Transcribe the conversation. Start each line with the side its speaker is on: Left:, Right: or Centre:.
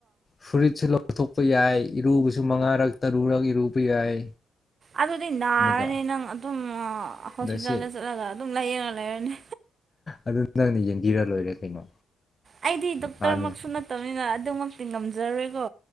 Left: ꯐꯨꯔꯤꯠꯁꯨ ꯂꯧꯊꯣꯛꯄ ꯌꯥꯏ ꯏꯔꯨꯕꯁꯨ ꯃꯉꯥꯔꯛ ꯇꯔꯨꯔꯛ ꯏꯔꯨꯕ ꯌꯥꯏ
Right: ꯑꯗꯨꯗꯤ ꯅꯥꯔꯅꯤ
Left: ꯑꯗꯨꯒ
Right: ꯅꯪ ꯑꯗꯨꯝ ꯍꯣꯁꯄꯤꯇꯥꯜꯗ
Left: ꯑꯗꯁꯤ
Right: ꯆꯠꯂꯒ ꯑꯗꯨꯝ ꯂꯩꯌꯦꯉ ꯂꯩꯔꯅꯤ
Left: ꯑꯗꯨ ꯅꯪꯅ ꯌꯦꯡꯕꯤꯔ ꯂꯣꯏꯔꯦ ꯀꯩꯅꯣ
Right: ꯑꯩꯗꯤ ꯗꯣꯛꯇꯔꯃꯛꯁꯨ
Left: ꯅꯥꯅꯤꯡꯉꯥꯏ
Right: ꯅꯠꯇꯅꯤꯅ ꯑꯗꯨꯃꯛꯇꯤ ꯉꯝꯖꯔꯣꯏꯀꯣ